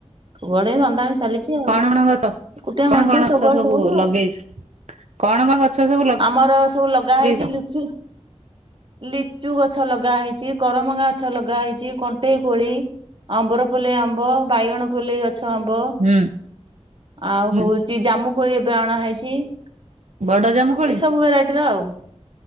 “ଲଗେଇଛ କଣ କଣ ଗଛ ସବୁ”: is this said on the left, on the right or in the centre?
Right